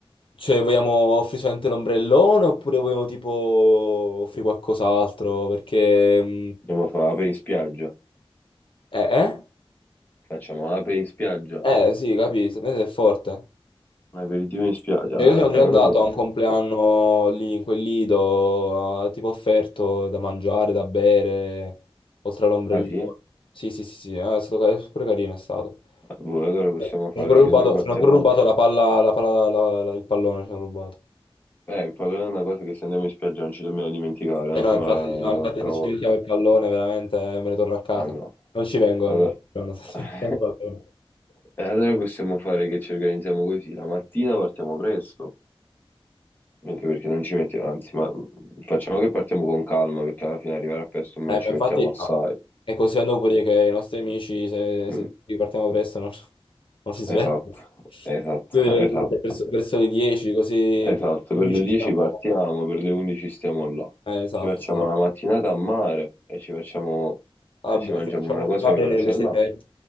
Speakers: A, on the left; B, on the left.
A: cioè, vogliamo offrire solamente l'ombrellone oppure vogliamo tipo offrire qualcos'altro? Perché mm,
B: Andiamo a fare ape in spiaggia.
A: eh, eh?
B: Facciamo ape in spiaggia.
A: Eh, sì, capisco, è forte.
B: Un aperitivo in spiaggia.
A: Cioè,
B: Allora,
A: io sono
B: secondo
A: già andato
B: me...
A: a un compleanno lì in quel lido, eh, tipo offerto da mangiare, da bere, oltre all'ombrellone.
B: Ah sì?
A: Sì, sì, sì, sì, eh, è stato ca- pure carino, è stato.
B: Ah, Boh, allora possiamo
A: Ci
B: fare
A: hanno pure rubato,
B: che noi partiamo...
A: ci hanno pure rubato la palla, la palla- la- la- il pallone, ci hanno rubato.
B: Eh, il problema è una cosa che se andiamo in spiaggia non ci dobbiamo dimenticare, anche
A: Eh no,
B: come
A: infatti,
B: la-
A: no, infatti
B: l'altra
A: se
B: volta.
A: ci diventiamo il pallone veramente eh, me ne torno a casa.
B: Ah no.
A: Non ci vengo
B: Allora...
A: ogni giorno se
B: <laughs>
A: ci diventiamo il pallone.
B: E allora possiamo fare che ci organizziamo così. La mattina partiamo presto, anche perché non ci mettiamo... Anzi, ma mm, facciamo che partiamo con calma, perché alla fine arrivare a presto non
A: Eh,
B: ci
A: ma infatti
B: mettiamo assai.
A: ah, è così a Napoli che i nostri amici, se,
B: Mm.
A: se ripartiamo presto, non, non si svegliano.
B: Esatto, esatto,
A: Io direi
B: <laughs> esatto,
A: che verso, verso le 10, così
B: esatto.
A: per le 11
B: Per le 10
A: siamo...
B: partiamo, per le 11 stiamo là.
A: eh, esatto,
B: Ci facciamo
A: esatto.
B: la mattinata a mare e ci facciamo
A: Ah,
B: e
A: boh,
B: ci mangiamo
A: se facciamo
B: una cosa
A: fino alle,
B: veloce
A: alle 7,
B: là.